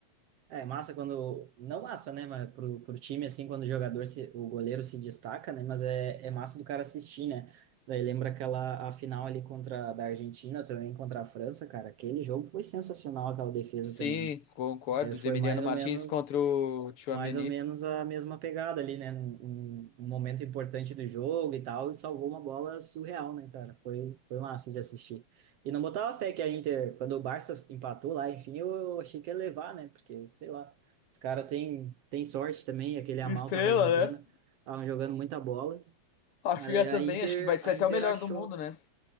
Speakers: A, on the right; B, on the left.
A: É massa quando. Não massa, né? Mas pro, pro time, assim, quando o jogador, se, o goleiro se destaca, né? Mas é, é massa do cara assistir, né? Daí lembra aquela a final ali contra da Argentina também, contra a França, cara. Aquele jogo foi sensacional, aquela defesa
B: Sim,
A: também.
B: concordo.
A: É, foi
B: Do Emiliano
A: mais
B: Martins
A: ou menos
B: contra o Tchouaméni.
A: mais ou menos a mesma pegada ali, né? Um, um momento importante do jogo e tal, e salvou uma bola surreal, né, cara? Foi, foi massa de assistir. E não botava fé que a Inter, quando o Barça empatou lá, enfim, eu, eu achei que ia levar, né? Porque, sei lá, os caras têm tem sorte também, aquele Amal
B: Estrela,
A: tava jogando,
B: né?
A: estavam jogando muita bola,
B: Rafinha
A: mas aí
B: também,
A: a Inter,
B: acho que vai ser
A: a
B: até
A: Inter
B: o melhor
A: achou.
B: do mundo, né?